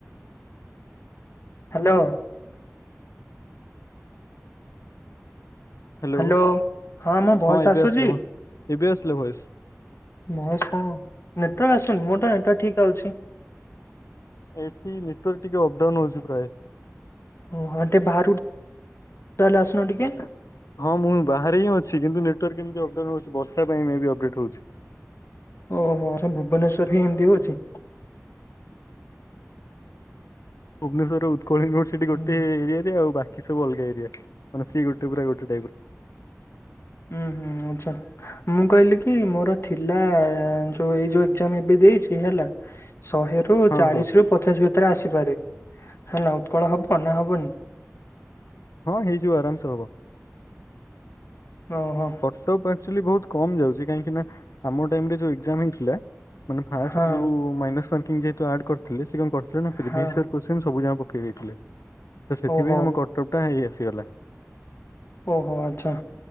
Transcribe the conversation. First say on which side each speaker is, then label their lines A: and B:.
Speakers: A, on the left; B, on the left.
A: ହାଲୋ
B: ହ୍ୟାଲୋ
A: ହାଲୋ ହଁ ମୁଁ ଭଏସ
B: ଏବେ
A: ଆସୁଛି
B: ଆସିଲା ଭ ଏବେ ଆସିଲା ଭଏସ।
A: ମ ଶ ନେଟୱାର୍କ ଆସୁନ ମୋର ତ ନେଟୱାର୍ ଠିକ ଅଛି
B: ଏଠି ନେଟୱାର୍କ ଟିକେ ଅପଡାଉନ୍ ହେଉଛି ପ୍ରାୟ
A: ଓ ଟେ ବାହହାରଲେ ଆସୁନ ଟିକେ
B: ହଁ ମୁଁ ବାହାରେ ହିଁ ଅଛି କିନ୍ତୁ ନେଟୱାର୍କ କେମିତି ଅପାଉ ହଉଛି ବର୍ଷା ପାଇଁ ଅପଡେଟ୍ ହଉଛି
A: ଓହୋ ଭୁବନେଶ୍ୱର୍ ହି ଏମତି ହଉଛି
B: ଭୁବନେଶ୍ରର ଉତ୍କଳ ୟୁନିଭର୍ସିଟି ଗୋଟେ
A: ହୁଁ
B: ଏରିଆରେ ଆଉ ବା କି ସବୁ ଅଲଗା ଏରିଆ, ମାନେ ସିଏ ଗୋଟେ ପୁରା ଗୋଟେ ଟାଇପ ର
A: ହୁଁ ହୁଁ ଆଚଛା ମୁଁ କହିଲି କି ମୋର ଥିଲା ଯୋଉ ଏଇ ଯୋଉ ଏଜାମ ଏବେ ଦେଇଛି ହେଲା ଶହେ ର
B: ହଁ
A: ଚାଳିଶ
B: ହଁ
A: ରୁ ପଚାଶ ଭିତ ଆସିପାରେ ହେଲା ଉତ୍କଳ ହବ ନା ହବନି
B: ହଁ ହେଇଯିବ ଆରାମସେ ହବ
A: ଓହୋ
B: କଟଅପ୍ ଆକଚୁଆଲି ବହୁତ କମ ଯାଉଛି କାହିଁକି ନା ଆମ ଟାଇମରେ ଯୋଉ ଏକ୍ଜାମ ହେଇଥିଲା ମାନେ ଫାଷ୍ଟ
A: ହଁ
B: ଯୋଉ ମାଇନସ୍ ମାର୍କିଂ ଯେହେତୁ ଆଡ୍ କରିଥିଲେ କଣ କରି
A: ହଁ
B: ପ୍ରିଭିସ୍ ୁ ପକେଇ ଦେଇଥିଲେ, ତ ସେଥିପାଇଁ
A: ଓହୋ
B: ଆମ କଟକ ଟା ହେଇ ଆସିଗଲା
A: ଓହୋ ଆଚ୍ଛା